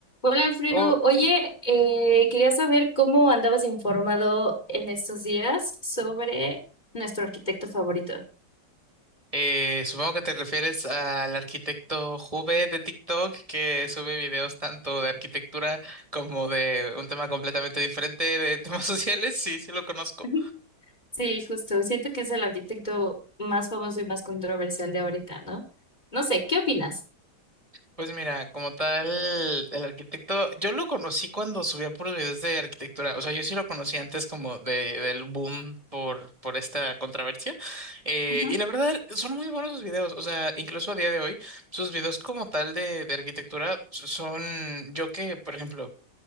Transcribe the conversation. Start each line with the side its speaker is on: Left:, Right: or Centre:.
Left: Hola Alfredo,
Right: Oh,
Left: oye, eh, quería saber cómo andabas informado en estos días sobre nuestro arquitecto favorito.
Right: eh, supongo que te refieres al arquitecto Jube de TikTok que sube videos tanto de arquitectura como de un tema completamente diferente de temas <laughs> sociales. Sí, sí lo conozco.
Left: Ujú. Sí, justo, siento que es el arquitecto más famoso y más controversial de ahorita, ¿no? No sé, ¿qué opinas?
Right: Pues mira, como tal, el arquitecto, yo lo conocí cuando subía puros videos de arquitectura. O sea, yo sí lo conocí antes como de, del boom por, por esta controversia. Eh,
Left: Ujú.
Right: y la verdad, son muy buenos sus videos. O sea, incluso a día de hoy. Sus videos como tal de, de arquitectura son, yo que, por ejemplo,